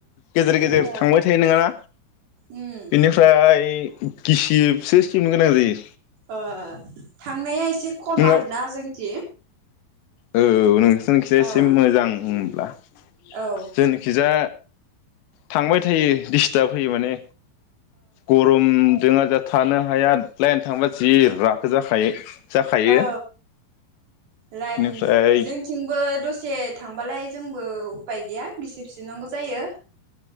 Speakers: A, on the left; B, on the right.
A: गेजेर गेजेर
B: ओ
A: थांबाय थायो नङाना
B: उम
A: बेनिफ्राय गिसिबसो सिबनो गोनां जायो।
B: अ थांनाया एसे एसे खम
A: नोंङा
B: आरोना जोंनिथि।
A: औ। जोंनिखिजा एसे
B: औ
A: मोजां होमब्ला।
B: औ ओ
A: जोंनिखिजा थांबाय थायो दिस ताब होयो माने गरम जोंहा जा थानो हाया लाइन थांबा जि रागा जाखायो। जाखायो
B: औ लाइन
A: बेनिफ्राय
B: जोंथिंबो दसे थांबालाय जोंबो उफाय गैया गिसिब सिबनांगौ जायो।